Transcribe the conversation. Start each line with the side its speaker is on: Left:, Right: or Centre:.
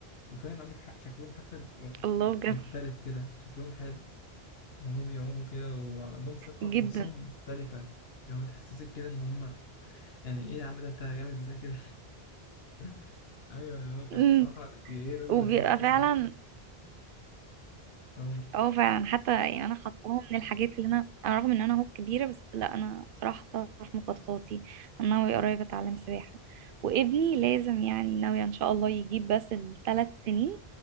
Left: وفعلا عندك حق شكلهم حتى بيبقوا
Right: الله بجد
Left: مختلف كده شكلهم حلو وهم بيعوموا كده وعندهم ثقة
Right: جدا
Left: في نفسهم مختلفة لو تحسسك كده ان هم يعني ايه يا عم ده انت جامد ازاي كده <laughs> ايوه اللي هو كانت
Right: امم
Left: صراحه هي رياضه
Right: وبيبقى
Left: لذيذه
Right: فعلا
Left: اصلا اه
Right: اه فعلا حتى يعني انا حطاها من الحاجات اللي انا انا رغم ان انا اهو كبيره بس لا انا بصراحه حطاها في مخططاتي انا ناويه قريب اتعلم سباحه وابني لازم يعني ناويه ان شاء الله يجيب بس الثلاث سنين